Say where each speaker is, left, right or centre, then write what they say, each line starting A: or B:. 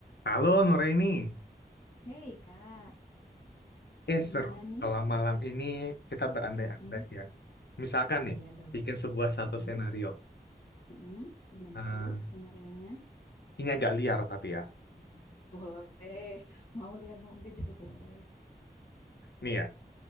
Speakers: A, on the left; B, on the left.
A: Halo Nuraini,
B: Hei kak,
A: eh
B: gimana
A: seru nih
B: nih?
A: kalau malam ini kita berandai-andai
B: Mm-mm.
A: ya. Misalkan
B: Iya
A: nih,
B: dong.
A: bikin sebuah satu
B: Mm-mm.
A: skenario.
B: Mm-mm. Gimana
A: Eh,
B: tuh skenarionya?
A: ini agak liar tapi ya.
B: Boleh. Mau lihat mau enggak juga boleh.
A: Nih ya,